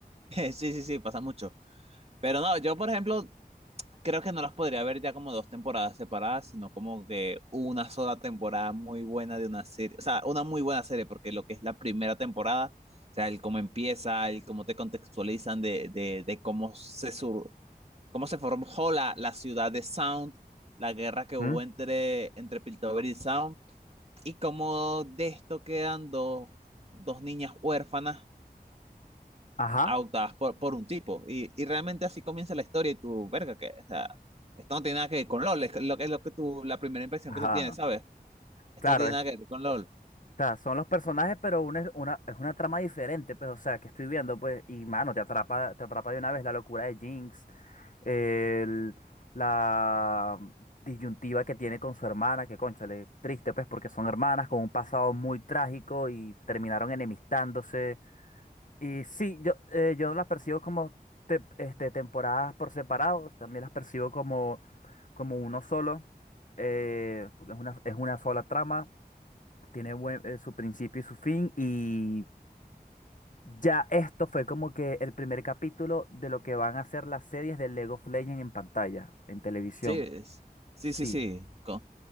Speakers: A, on the right; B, on the left.
A: Sí, sí, sí, pasa mucho. Pero no, yo por ejemplo, creo que no las podría ver ya como dos temporadas separadas, sino como que una sola temporada muy buena de una serie, o sea, una muy buena serie, porque lo que es la primera temporada, o sea, el cómo empieza, el cómo te contextualizan de, de, de cómo se sur, cómo se formó la, la ciudad de Sound, la guerra que
B: ¿Mm?
A: hubo entre, entre Piltover y Sound, y cómo de esto quedan dos, dos niñas huérfanas
B: Ajá,
A: adoptadas por, por un tipo. Y, y realmente así comienza la historia y tú, verga, que, o sea, esto no tiene nada que ver con LOL, es lo que es lo que tú, la primera impresión
B: ajá.
A: que tú tienes, ¿sabes? Esto
B: Claro,
A: no tiene nada que ver con LOL.
B: sea, son los personajes, pero una, es- una, es una trama diferente, pues, o sea, que estoy viendo, pues, y mano, te atrapa, te atrapa de una vez la locura de Jinx, el- la disyuntiva que tiene con su hermana, que cónchale, triste, pues, porque son hermanas con un pasado muy trágico y terminaron enemistándose. Y sí, yo, eh, yo no las percibo como te- este, temporadas por separados, también las percibo como, como uno solo, eh, porque es una, es una sola trama tiene buen- eh, su principio y su fin y ya esto fue como que el primer capítulo de lo que van a ser las series de Lego of Legends en pantalla, en televisión.
A: Sí, es- sí, sí,
B: Sí.
A: sí, con-